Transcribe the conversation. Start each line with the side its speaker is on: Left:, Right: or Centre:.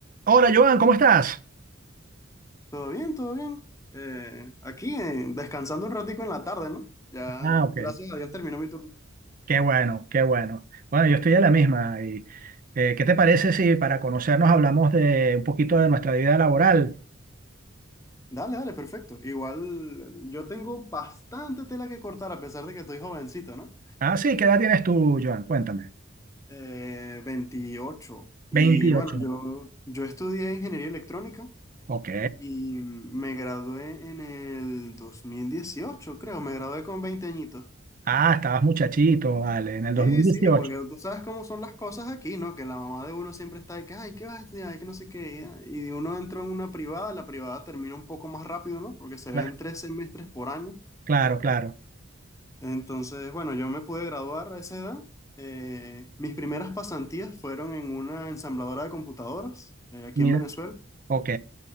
Right: Hola, Joan, ¿cómo estás?
Left: Todo bien, todo bien. Eh, aquí, eh, descansando un ratico en la tarde, ¿no? Ya,
Right: Ah, ok.
Left: gracias a Dios terminó mi turno.
Right: Qué bueno, qué bueno. Bueno, yo estoy a la misma. Y, eh, ¿qué te parece si para conocernos hablamos de un poquito de nuestra vida laboral?
Left: Dale, dale, perfecto. Igual yo tengo bastante tela que cortar a pesar de que estoy jovencito, ¿no?
Right: Ah, sí, ¿qué edad tienes tú, Joan? Cuéntame.
Left: Eh, 28. Y
Right: Veintiocho.
Left: bueno, yo, yo estudié ingeniería electrónica
Right: Ok.
Left: y me gradué en el 2018, creo. Me gradué con 20 añitos.
Right: Ah, estabas muchachito, vale, en el 2018.
Left: Sí, sí, porque tú sabes cómo son las cosas aquí, ¿no? Que la mamá de uno siempre está de que, ay, ¿qué vas a estudiar? Ay, que no sé qué. Y uno entró en una privada, la privada termina un poco más rápido, ¿no? Porque se ven
Right: Cla-
Left: tres semestres por año.
Right: Claro, claro.
Left: Entonces, bueno, yo me pude graduar a esa edad. Eh, mis primeras pasantías fueron en una ensambladora de computadoras, eh, aquí
Right: Mira.
Left: en Venezuela.
Right: Ok.